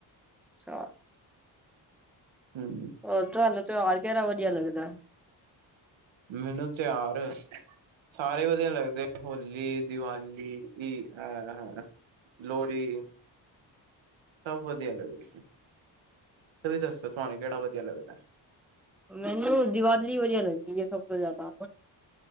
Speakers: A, in the centre; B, on the right.
A: ਅੱਛਾ
B: ਹੂੰ
A: ਉਹ ਤੁਹਾਨੂੰ ਤਿਉਹਾਰ ਕਹਿਣਾ ਵਧੀਆ ਲੱਗਦਾ ਐ?
B: ਮੈਨੂੰ ਤਿਆਹਰ ਸਾਰੇ ਵਧੀਆ ਲੱਗਦੇ। ਹੋਲੀ, ਦੀਵਾਲੀ, ਅਹ ਹ ਲੋਹੜੀ, ਸਭ ਵਧੀਆ ਲੱਗਦੇ। ਤੁਸੀ ਦੱਸੋ, ਤੁਹਾਨੂੰ ਕਿਹੜਾ ਵਧੀਆ ਲਗਦਾ ਐ?
A: ਮੈਨੂੰ ਦੀਵਾਲੀ ਵਧੀਆ ਲੱਗਦੀ ਏ, ਸਭ ਤੋਂ ਜਿਆਦਾ।